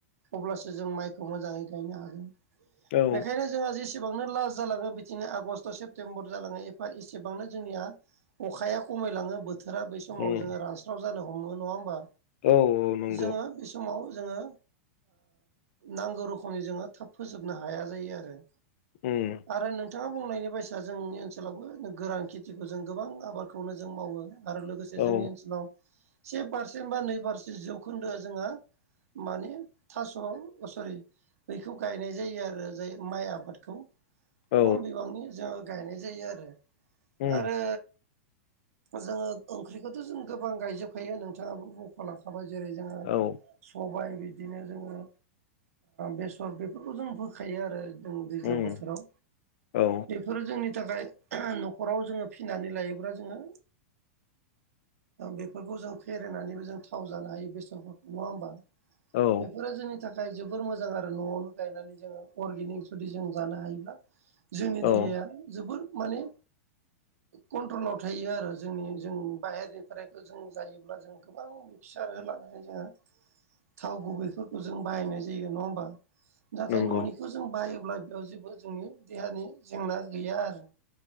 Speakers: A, on the right; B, on the left.
A: अब्लासो जों माइखौ मोजाङै गायनो हागोन
B: औ
A: बेखायनो जों जोंहा जेसेबांनो लास्ट जालाङो बिथिंनो आगषस्ट सेप्तेम्बर जालाङो एफा एसेबांनो जोंनिया अखाया खमायलाङो बोथोरा बै समाव
B: उम
A: जोङो रानस्राव जानो हमो नङा होमबा।
B: औ नंगौ
A: जोङो बे समाव जोङो नांगौ रोखोमनि जोङो थाब फोजोबनो हाया जायो आरो।
B: उम
A: आरो नोंथाङा बुंनायनि बायसा जोंनि ओनसोलावबो गोरान खेथिखौ जों गोबां आबादखौनो जों मावो आरो लोगोसे जोंनि
B: औ
A: ओनसोलाव से पारसेन्ट बा नै पारसेन्ट जौखोन्दोआ जोंहा माने थास'अ सरि बैखौ गायनाय जायो आरो जाय माइ आबादखौ
B: औ
A: खम बिबांनि जोंङो गायनाय जायो आरो
B: उम
A: आरो जोंङो ओंख्रिखौथ' जों गोबां गायजोबखायो नोंथाङाबो लांखाबो जेरै जोंङो
B: औ
A: सबाय बिदिनो जोंङो बेसर बेफोरखौ जों फोखायो आरो जों दैज्लां
B: उम
A: बोथोराव
B: औ
A: बेफोरो जोंनि थाखाय न'खराव जोंङो फिनानै लायोब्ला जोंङो बेफोरखौ जों फेरेनानैबो जों थाव जानो हायो बेसरफोरखौ नङा होमबा?
B: औ
A: बेफोर जोंनि था जाय जोबोर मोजां आरो न'आवनो गायनानै जोंङो अर्गेनिक जुदि जों जानो हायोब्ला जोंनि देहाया
B: औ
A: जोबोर माने कन्ट्रलाव थायो आरो जोंनि जों बाहेरनिफ्रायखौ जों जायोब्ला जों गोबां बिक्सार लानानै जोंङो थाव गुबैफोरखौ जों बाहायनाय जायो नङा होमबा। नाथाय
B: नंगौ
A: न'निखौ जों बायोब्ला बेयाव जेबो जोंनि देहानि जेंना गैया आरो।